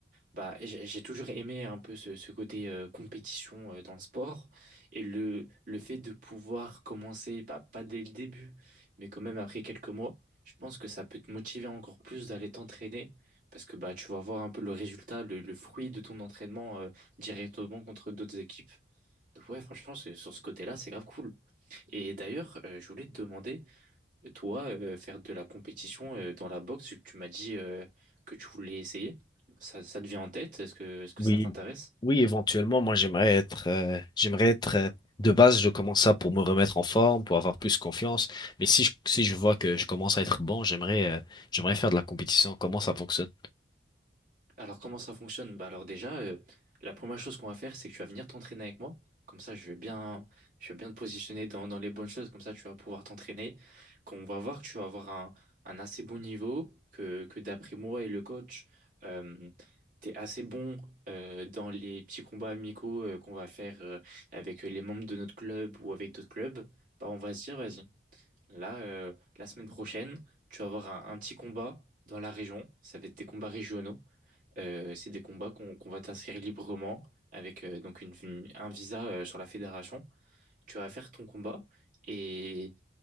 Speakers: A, on the right (about 50°); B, on the left (about 25°).
A: bah, j'ai j'ai toujours aimé un peu ce, ce côté euh, compétition euh, dans le sport et le, le fait de pouvoir commencer, bah, pas dès le début, mais quand même après quelques mois, je pense que ça peut te motiver encore plus d'aller t'entraîner parce que bah, tu vas voir un peu le résultat, le, le fruit de ton entraînement euh, directement contre d'autres équipes. Donc, ouais, franchement, c'est- sur ce côté-là, c'est grave cool. Et d'ailleurs, euh, je voulais te demander. Toi, euh, faire de la compétition euh, dans la boxe, tu m'as dit euh, que tu voulais essayer. Ça, ça te vient en tête? Est-ce que, est-ce que
B: Oui,
A: ça t'intéresse?
B: oui, éventuellement, moi j'aimerais être, euh, j'aimerais être euh, de base, je commence ça pour me remettre en forme, pour avoir plus confiance. Mais si je, si je vois que je commence à être bon, j'aimerais, euh, j'aimerais faire de la compétition. Comment ça fonctionne?
A: Alors, comment ça fonctionne? Bah alors déjà, euh, la première chose qu'on va faire, c'est que tu vas venir t'entraîner avec moi. Comme ça, je vais bien, je vais bien te positionner dans, dans les bonnes choses. Comme ça, tu vas pouvoir t'entraîner. Quand on va voir que tu vas avoir un, un assez bon niveau, que, que d'après moi et le coach, euh, tu es assez bon euh, dans les petits combats amicaux euh, qu'on va faire euh, avec euh, les membres de notre club ou avec d'autres clubs, bah on va se dire, vas-y. Là, euh, la semaine prochaine, tu vas avoir un, un petit combat dans la région. Ça va être des combats régionaux. Euh, c'est des combats qu'on qu'on va t'inscrire librement avec euh, donc une, une- un visa euh, sur la fédération. Tu vas faire ton combat et